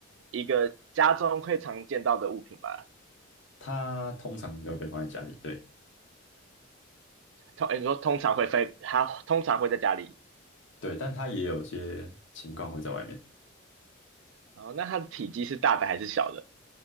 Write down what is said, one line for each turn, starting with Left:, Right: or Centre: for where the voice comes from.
Right: 一个家中会常见到的物品吗？
Left: 它通常都会被放在家里，对
Right: 通，你说通常会飞，它通常会在家里。
Left: 对，但它也有些情况会在外面。
Right: 哦，那它的体积是大的还是小的？